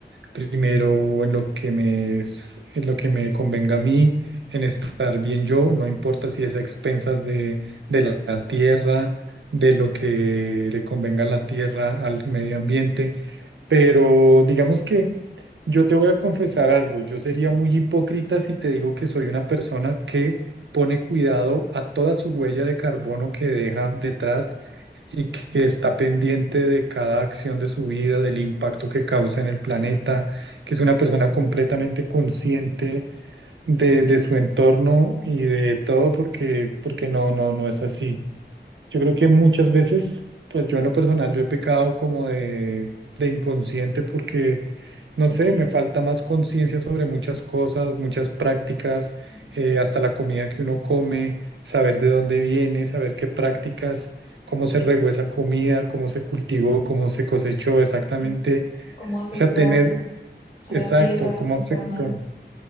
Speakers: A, on the right; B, on the left.
A: primero en lo que me es- en lo que me convenga a mí, en estar bien yo, no importa si es a expensas de, de la tierra, de lo que le convenga a la tierra, al medio ambiente, pero digamos que yo te voy a confesar algo, yo sería muy hipócrita si te digo que soy una persona que pone cuidado a toda su huella de carbono que deja detrás y que está pendiente de cada acción de su vida, del impacto que causa en el planeta, que es una persona completamente consciente de, de su entorno y de todo, porque, porque no, no, no es así. Yo creo que muchas veces, pues yo en lo personal, yo he pecado como de, de inconsciente porque, no
B: Ok,
A: sé, me falta más conciencia sobre muchas cosas, muchas prácticas,
B: mm,
A: eh, hasta la comida que uno come, saber de dónde viene, saber qué prácticas, cómo
B: exacto.
A: se regó esa comida, cómo se cultivó, cómo se cosechó exactamente.
B: en qué- cómo afectó
A: O sea, tener,
B: eso a
A: exacto,
B: la Tierra
A: cómo
B: en
A: afectó.
B: forma